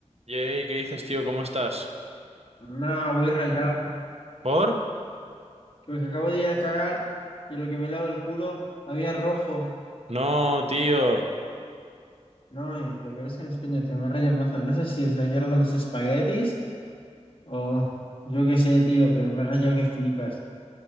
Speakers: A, on the right (about 60°); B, on the left (about 45°).
A: Yay, ¿qué dices, tío? ¿Cómo estás?
B: No, voy rayado.
A: ¿Por?
B: Porque acabo de ir a cagar y en lo que me lavo el culo había rojo.
A: No, tío.
B: No, y lo peor es que no es coño, te me rayo mazo. No sé si es de ayer de los espaguetis o yo qué sé, tío, pero me he rayado que flipas.